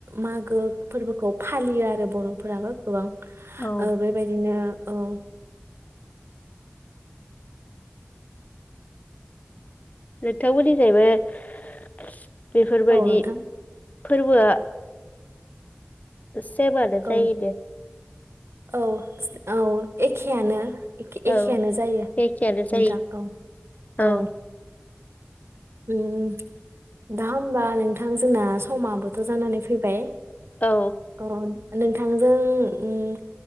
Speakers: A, on the right; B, on the left.
A: मागो फोरबोखौ फालियो आरो बरफोराबो गोबां।
B: औ
A: ओ बेबायदिनो औ।
B: लोथाव बुलि जायबो <unintelligible> बेफोर बायदि।
A: औ नोंथां
B: फोरबोआ। सेबानो जायो
A: औ
B: दे।
A: औ औ एखेयानो एख एखेयानो
B: औ
A: जायो
B: एखेयानो जायो
A: नोंथां औ-औ
B: औ
A: उम दा होमबा नोंथां जोंना समाबोथ' जानानै फैबाय।
B: औ
A: अ नोंथांजों उम